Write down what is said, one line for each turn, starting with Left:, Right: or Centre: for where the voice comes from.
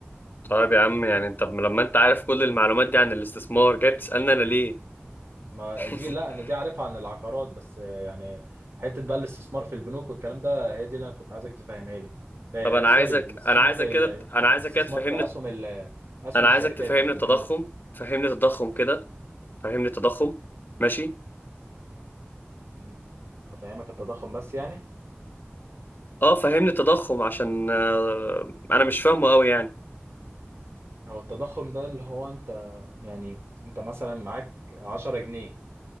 Left: طيب يا عم يعني انت لما انت عارف كل المعلومات دي عن الاستثمار جاي بتسالني انا ليه
Right: ما
Left: <laughs>
Right: دي لا انا دي عارفها عن العقارات بس آه، يعني حته بقى الاستثمار في البنوك والكلام ده هي دي اللي انا كنت عايزك تفهمها لي آه،
Left: طب انا
Right: سوري
Left: عايزك
Right: الاستثمار
Left: انا عايزك
Right: في
Left: كده
Right: ال-
Left: انا عايزك
Right: الاستثمار
Left: كده تفهمني
Right: في اسهم ال- اسهم
Left: انا
Right: الشركات
Left: عايزك تفهمني
Right: مش البنوك
Left: التضخم فهمني التضخم كده فهمني التضخم ماشي
Right: م- افهمك التضخم بس يعني
Left: اه فهمني التضخم عشان آه انا مش فاهمه قوي يعني
Right: هو التضخم ده اللي هو انت يعني انت مثلا معاك 10 جنيه